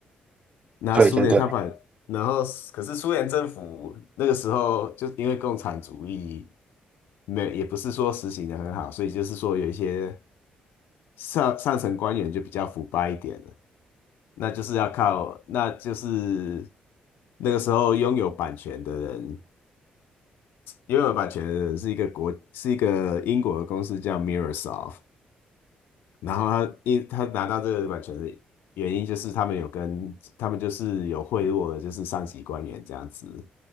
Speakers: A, on the left; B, on the right.
A: 那苏联他把，
B: 对对对
A: 然后可是苏联政府那个时候就因为共产主义没有也不是说实行的很好，所以就是说有一些上上层官员就比较腐败一点了，那就是要靠，那就是那个时候拥有版权的人，拥有版权的人是一个国，是一个英国的公司叫 m i r r o s o f t 然后他因他拿到这个版权的原因就是他们有跟他们就是有贿赂的，就是上级官员这样子。